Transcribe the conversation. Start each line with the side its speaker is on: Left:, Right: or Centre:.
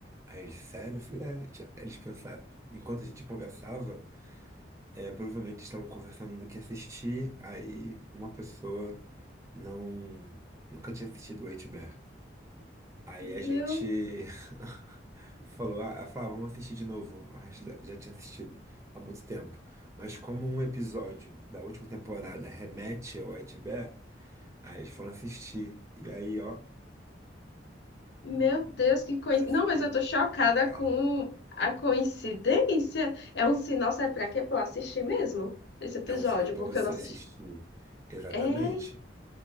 Right: Aí eles, sério? Eu falei, é, tia, eles pensaram, enquanto a gente conversava. É, provavelmente estavam conversando do que assistir, aí uma pessoa não nunca tinha assistido o H-Bear. Aí
Left: meu,
Right: a gente <laughs> falou, ah, ela falou, "Ah, vamos assistir de novo. O resto da- já tinha assistido há muito tempo. Mas como um episódio da última temporada remete ao White bear aí eles foram assistir. E aí, ó,
Left: meu Deus, que coincidência.
Right: cara, fiquei,
Left: Não, mas eu tô chocada
Right: cara,
Left: com a coincidência. É um sinal, sabe pra quê? Pra eu assistir mesmo esse episódio,
Right: é um sinal pra
Left: porque
Right: você
Left: eu não assisti.
Right: assistir. Exatamente.
Left: É.